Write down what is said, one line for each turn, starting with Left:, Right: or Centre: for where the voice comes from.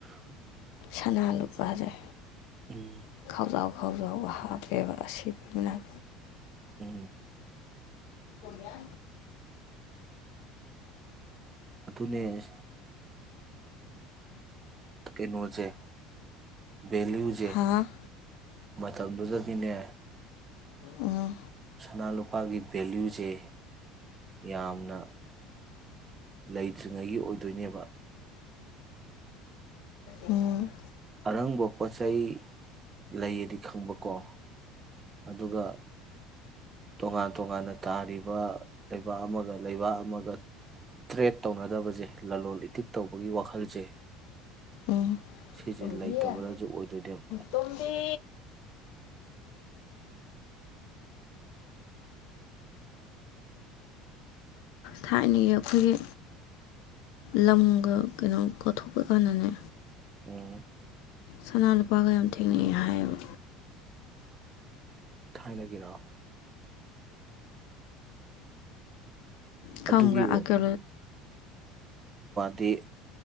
Left: ꯊꯅꯥ ꯂꯨꯄꯔꯦ
Right: ꯎꯝ
Left: ꯈꯥꯎꯖꯥꯎ ꯈꯥꯎꯖꯥꯎꯕ ꯍꯥꯞꯦꯕ ꯑꯁꯤꯕꯅꯥ
Right: ꯎ
Left: ꯌ
Right: ꯑꯗꯨꯅꯦ ꯀꯩꯅꯣ ꯁꯦ ꯚꯦꯂꯨꯁꯦ
Left: ꯍꯥ
Right: ꯃꯇꯝꯗꯨꯗꯗꯤꯅꯦ
Left: ꯑ
Right: ꯁꯅꯥ ꯂꯨꯄꯥꯒꯤ ꯚꯦꯂꯨꯁꯦ ꯌꯥꯝꯅ ꯂꯩꯇ꯭ꯔꯤꯉꯩꯒꯤ ꯑꯣꯏꯗꯣꯏꯅꯦꯕ
Left: ꯎꯝ
Right: ꯔꯪꯕꯄꯁꯥꯏ ꯂꯩꯑꯗꯤ ꯈꯪꯕꯀꯣ ꯑꯗꯨꯒ ꯇꯣꯉꯥꯟ ꯇꯣꯉꯥꯟꯅ ꯇꯥꯔꯤꯕ ꯂꯩꯕꯥꯛ ꯑꯃꯒ ꯂꯩꯕꯥꯛ ꯑꯃꯒ ꯇ꯭ꯔꯦꯠ ꯇꯧꯅꯗꯕꯁꯦ ꯂꯂꯣꯟꯣ ꯏꯇꯤꯛ ꯇꯧꯕꯒꯤ ꯋꯥꯈꯜꯁꯦ
Left: ꯎꯝ
Right: ꯁꯤꯁꯦ
Left: ꯇꯨꯝꯕꯤ
Right: ꯂꯩꯇꯕꯅꯁꯨ
Left: ꯍ
Right: ꯑꯣꯏꯗꯣꯏꯅꯦꯕ
Left: ꯇꯕꯤ ꯊꯥꯏꯅꯒꯤ ꯑꯩꯈꯣꯏꯒꯤ ꯂꯝꯒ ꯀꯩꯅꯣ ꯀꯠꯊꯣꯛꯄ ꯀꯥꯟꯗꯅꯦ
Right: ꯎꯝ
Left: ꯁꯅꯥ ꯂꯨꯄꯥꯒ ꯌꯥꯝ ꯊꯦꯡꯅꯩ ꯍꯥꯏꯌꯦꯕ
Right: ꯊꯥꯏꯅꯗꯒꯤꯔꯑꯣ
Left: ꯈꯪꯕ꯭ꯔꯥ
Right: ꯑꯗꯨꯒꯤ
Left: ꯑꯀ
Right: ꯗꯤ